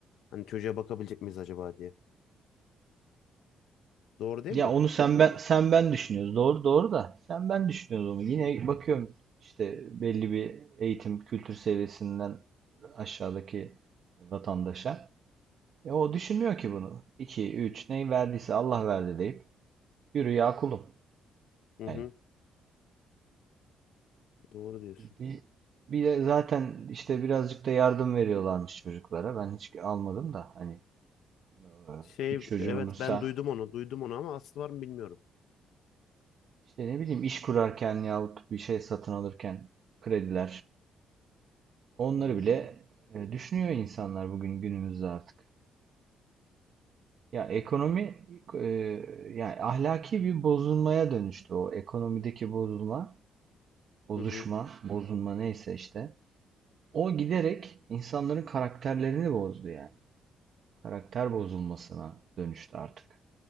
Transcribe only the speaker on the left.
Hani çocuğa bakabilecek miyiz acaba diye. Doğru değil
mi?
Hı
hı, doğru diyorsun.
Şey
evet
ben duydum onu duydum onu ama aslı var mı bilmiyorum.
Hmm,
Hı hı.